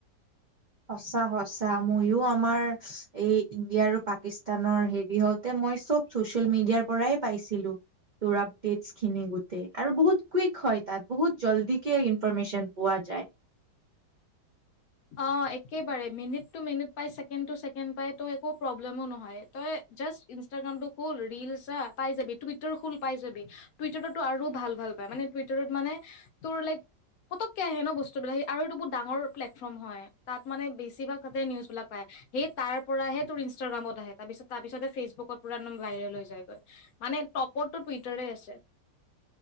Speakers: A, on the right (about 60°); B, on the left (about 65°).
A: সঁচা সচা মইয়ো আমাৰ এই ইণ্ডিয়া আৰু পাকিস্তানৰ হেৰি হওঁতে মই চব চচিয়েল মিডিয়াৰ পৰাই পাইছিলো তোৰ আপডেটছ খিনি গোটেই আৰু বহুত কুইক হয় তাত বহুত জল্দিকে ইনফৰমেশচন পোৱা যায়
B: অ একেবাৰে মিনিট টু মিনিট পাই ছেকেণ্ড টু চছেকেণ্ড পাই তই একো প্ৰব্লেমো নহয় তই জাষ্ট ইনষ্টাগ্ৰামটো খল ৰিলচ পাই যাবি টুইটাৰ খল পাই যাবি টুইটাৰত ত আৰু ভাল ভাল পাই মানে টুইটাৰত মানে তোৰ লাইক পটককে আহে ন বস্তুবিলাক সেই আৰুটো বহুত ডাঙৰ হয় তাত মানে বেছিতে নিউজবিলাক পায় সেই তাৰ পৰাে তোৰ ইনষ্টগ্ৰামত আহি তাৰপিছত ফেচবুক পৰা ভাইৰেল হৈ যায়গৈ মানে টপটো টুইটাৰ আছে